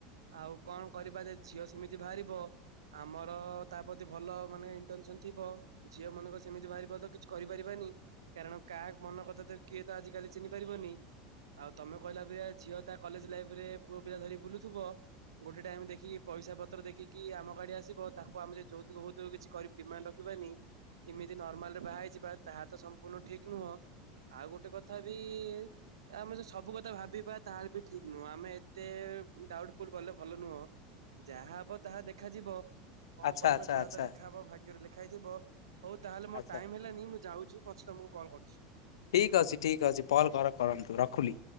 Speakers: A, on the right (about 90°); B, on the left (about 85°).
A: ଆଉ କଣ କରିବା ଯଦି ଝିଅ ସେମିତି ବାହାରିବ ଆମର ତା ପ୍ରତି ଭଲମାନେ ଇଣ୍ଟେନସନ ଥିବ। ଝିଅ ମନେକର ସେମିତି ବାହାରିବ ତ କିଛି କରିପାରିବାନି। ନି କାରଣ, କାହା ମନ କଥା ତ କିଏ ତ ଆଜିିକାଲି ଚିହ୍ନି ପାରିବନି। ଆଉ ତମ କହିଲା ପରିକା ଝିଅ ତା କଲେଜ ଲାଇଫରେ ପୁଅପିଲା ଧରି ବୁଲୁଥିବ। ଗୋଟେ ଟାଇମ ଦେଖିକି, ପଇସା ପତ୍ର ଦେଖିକି ଆମ ଗାଡି ଆସିବ ତାକୁ ଆମେ ଯଉତୁକ ଫଉତୁକ କିଛି କର ଡିମାଣ୍ଡ ରଖିବୁ ବାନି ଏମିତି ନର୍ମାଲରେ ବାହା ହେଇଯିବା ତାହା ତ ସମ୍ପୂର୍ଣ୍ଣ ଠିକ ନୁହଁ। ଆଉ ଗୋଟେ କଥା ବି ଆମେ ତ ସୁ ସବୁ କଥା ଭାବିବା ତାହେଲେ ବି ଠିକ ନୁହଁ। ଆମେ ଏତେ ଡାଉଟଫୁଲ ଗଲେ ଭଲ ନୁହଁ। ଯାହା ହବ ତାହା ଦେଖାଯିବ କଣ
B: ଆଚ୍ଛା
A: କରିବା
B: ଆଚ୍ଛା
A: ଯୋଟାତ
B: ଆଚ୍ଛା
A: ଲେଖା ହବ ଭାଗ୍ୟରେ ଲେଖା ହେଇଥିବ। ହଉ ତାହେଲେ ମୋର
B: ଆଚ୍ଛା।
A: ଟାଇମ ହେଲାନି ମୁଁ ଯାଉଛି ପଛେ ତମକୁ କଲ୍ କରୁଛି।
B: ଠିକ ଅଛି ଠିକ ଅଛି ପହଲ୍ ଘର କରନ୍ତୁ ରଖିଲି।